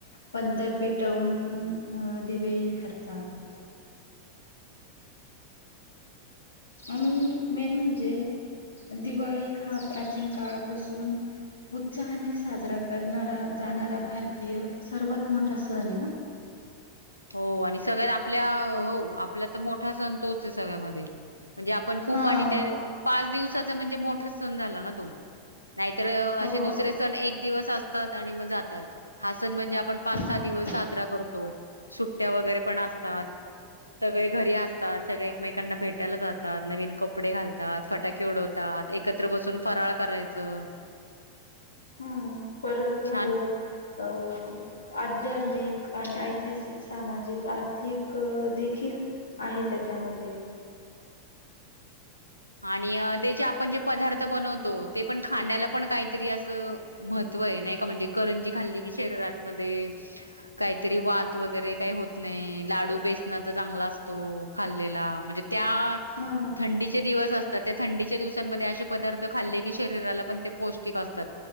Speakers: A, on the left; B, on the left.
A: पणत्या पेटवून अं दिवे हे कर तात. आणि मेन म्हणजे, दिवाळी हा प्राचीन काळापासून उत्साहाने साजरा करणारा जाणारा, भारतीय सर्वात मोठा सण आहे ना? <inaudible>
B: हो आणि सगळ्यात आपल्या हो आपला तर मोठा सण तोच आहे सगळ्यामध्ये. म्हणजे आपण खूप
A: हां.
B: आणि त्या पाच दिवसाचा म्हणजे मोठा सण झाला ना तो, नाहीतर
A: हो,
B: असे दुसरे सण एक दिवस असतात आणि मग जातात. हा सण म्हणजे, आपण पाच
A: हो.
B: सहा दिवस साजरा करतो, सुट्ट्या वगैरे पण असतात. सगळे घरी असतात, सगळे एकमेकांना भेटायला जातात, नवीन कपडे घालतात, फटाके उडवतात. एकत्र बसून फराळ करायचं
A: हम्म परत झालं
B: छान
A: अ आध्यात्मिक आणि ऐतिहासिक, सामाजिक, आर्थिक देखील आहे त्याच्यामध्ये.
B: आणि त्याचे आपण जे पदार्थ बनवतो, ते पण खाण्याला पण काहीतरी असं मह त्व आहे नाही का म्हणजे करंजी खाल्ली की शरीरामधे काहीतरी वात वगैरे काही होत नाही. लाडू बेसनाच चांगला असतो खाल्लेला म्हणजे त्या
A: हं.
B: थंडीचे दिवस असतात, त्या थंडीच्या दिवसांमध्ये असे पदार्थ खाल्ले की शरीरात ला पण ते पौष्टिक असतात.